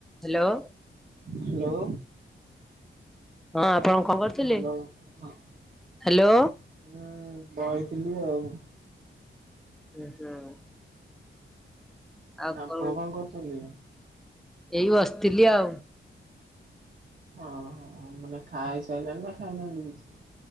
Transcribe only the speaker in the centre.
ହ୍ୟାଲୋ!
ହଁ, ଆପଣ କଣ କରୁଥିଲେ?
ହ୍ୟାଲୋ
ହୁଁ, ହୁଁ। ଆଉ
କରୁଁ,
ଏଇ ବସ୍ ଥିଲିି ଆଉ।